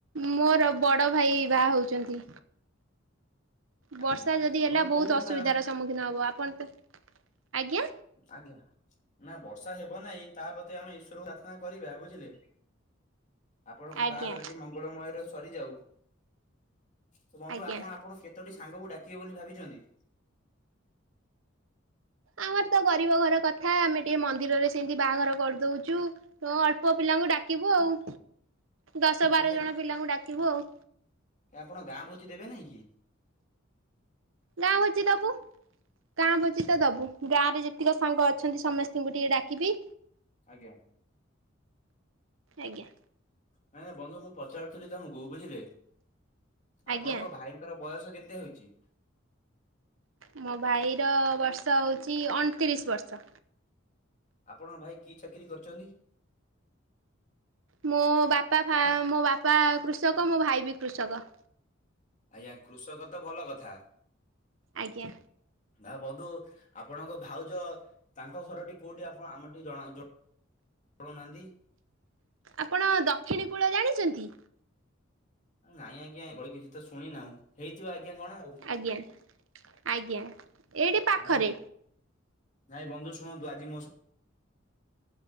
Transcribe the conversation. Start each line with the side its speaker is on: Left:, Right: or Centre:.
Right: ମୋର ବଡ ଭାଇ ବାହା ହଉଛନ୍ତି।
Left: ଆଜ୍ଞା
Right: ବର୍ଷା ଯଦି ହେଲା
Left: ବନ୍ଧୁ
Right: ବହୁତ
Left: କୋଉଠି
Right: ଅସୁବିଧାର
Left: ବାହାଘର
Right: ସମ୍ମୁଖୀନ ହବ ଆପଣ ତ ଆଜ୍ଞା।
Left: ଆଜ୍ଞା। ନା ବର୍ଷା ହେବ ନାହିଁ ତାପ୍ରତି ଆମେ ଈଶ୍ୱରକୁ ପ୍ରାର୍ଥନା କରିବା ବୁଝିଲେ? ଆପଣଙ୍କ
Right: ଆଜ୍ଞା
Left: ବାହାଘରଟି ମଙ୍ଗଳମୟରେ ସରିଯାଉ, ତ ବନ୍ଧୁ
Right: ଆଜ୍ଞା
Left: ଆପଣ ଆପଣ କେତେ ତୋଟି ସାଙ୍ଗକୁ ଡାକିବେ ବୋଲି ଭାବିଛନ୍ତି?
Right: ଆମର ତ ଗରିବ ଘର କଥା ଆମେ ଟିକେ ମନ୍ଦିରରେ ସେମିତି ବାହାଘର କରିଦଉଛୁ। ତ ଅଳ୍ପ ପିଲାଙ୍କୁ ଡାକିବୁ ଆଉ ଦଶ
Left: ଆଜ୍ଞା
Right: ବାର ଜଣ ପିଲାଙ୍କୁ ଡାକିବୁ ଆଉ।
Left: ଆପଣ ଗାଁ ଭୋଜିି ଦେବେ ନାଇଁ କି?
Right: ଗାଁ ଭୋଜି ଦବୁ। ଗାଁ ଭୋଜି ତ ଦବୁ ଗାଁ ରେ ଯେତିକ ସାଙ୍ଗ ଅଛନ୍ତି ସମସ୍ତଙ୍କୁ ଟିକେ ଡାକିବି।
Left: ଆଜ୍ଞା।
Right: ଆଜ୍ଞା।
Left: ନାଇଁ ନାଇଁ ବନ୍ଧୁ ମୁଁ ପଚାରୁଥିଲି ତମକୁ ବୁଝିଲେ
Right: ଆଜ୍ଞା
Left: ଆପଣଙ୍କ ଭାଇ ଙ୍କର ବୟସ କେତେ ହେଇଛି?
Right: ମୋ ଭାଇର ବର୍ଷ ହେଉଛି ଅଣତିରିଶ ବର୍ଷ।
Left: ଆପଣ ଭାଇ କି ଚାକିରି କରିଛନ୍ତି?
Right: ମୋ ବାପା ମୋ ବାପା କୃଷକ ମୋ ଭାଇ ବି କୃଷକ।
Left: ଆଜ୍ଞା କୃଷକ ତ ଭଲ କଥା।
Right: ଆଜ୍ଞା
Left: ନା ବନ୍ଧୁ ଆପଣଙ୍କ ଭାଉଜ ତାଙ୍କ ଘରଟି କୋଉଠି ଆପଣ ଆମ ଜଣଉ ଜଣଉନାହାନ୍ତି?
Right: ଆପଣ ଦକ୍ଷିଣୀ କୂଳ ଜାଣିଛନ୍ତି?
Left: ନାଇଁ ଆଜ୍ଞା ଏଇଭଳି କିଛି ତ ଶୁଣି ନାହୁଁ ହେଇଥିବ ଆଜ୍ଞା କଣ ଆଉ।
Right: ଆଜ୍ଞା ଆଜ୍ଞା। ଏଇଠି ପାଖରେ
Left: ନାଇଁ ନାଇଁ ବନ୍ଧୁ ଶୁଣନ୍ତୁ ଆଜି ମୋ ସ